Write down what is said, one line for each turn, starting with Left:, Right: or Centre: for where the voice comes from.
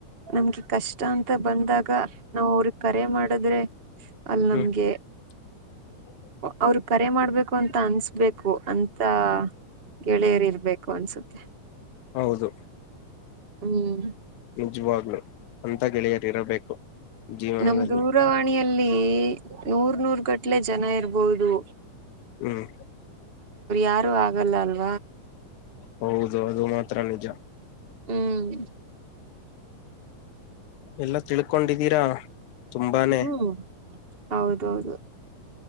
Right: ನಮ್ಗೆ ಕಷ್ಟ ಅಂತ ಬಂದಾಗ ನಾವ ಅವ್ರ ಕರೆ ಮಾಡಿದ್ರೆ ಅಲ
Left: ಹ್ಮ್
Right: ನಮಗೆ
Left: <inaudible>
Right: ಅವ್ರ ಕರೆ ಮಾಡ್ಬೇಕು ಅಂತ ಅನ್ಸ್ಬೇಕು ಅಂತ ಗೆಳೆಯರಿ ಇರ್ಬೇಕು ಅನ್ಸುತ್ತೆ
Left: ಹೌದು
Right: ಹ್ಮ್
Left: ನಿಜವಾಗ್ಲು ಅಂತ ಗೆಳೆಯರಿ ಇರಬೇಕು ಜೀವನದಲ್ಲಿ
Right: ನಮ ದೂರವಾಣಿಯಲ್ಲಿ ನೂರ ನೂರ ಗಟ್ಲೆ ಜನ ಇರ್ಬಹುದು
Left: ಹ್ಮ್
Right: ಯಾರು ಆಗಲ್ಲ ಅಲ್ಲ
Left: ಹೌದು ಅದು ಮಾತ್ರ ನಿಜ
Right: ಹ್ಮ್
Left: ಎಲ್ಲ ತಿಳ್ಕೊಂಡಿದ್ದೀರಾ ತುಂಬಾನೇ
Right: ಹ್ಮ್ ಹೌದೌದು